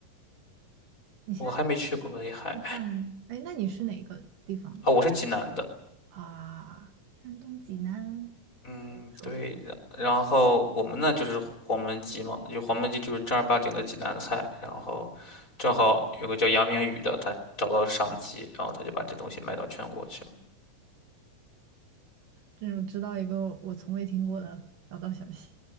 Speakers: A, on the right (about 70°); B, on the left (about 25°).
A: 你现在那边
B: 我还没去过威海。
A: 吃饭了吗？哎，那你是哪个地方的
B: 啊，我是济南的，
A: 啊？山东济南，
B: 嗯，
A: 熟熟熟，
B: 对的。然后我们呢就是黄焖鸡嘛，就黄焖鸡就是正儿八经的济南菜。然后正好有个叫杨明宇的，他找到了商机，然后他就把这东西卖到全国去了。
A: 这我知道一个我从未听过的小道消息